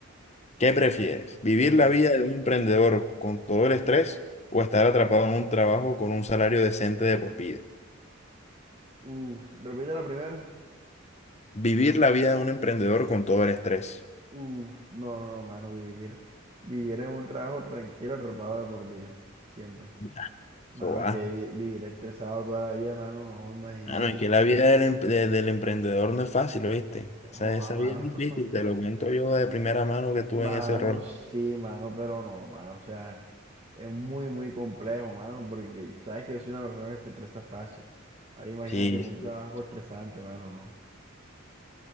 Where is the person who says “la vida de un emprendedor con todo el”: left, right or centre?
Left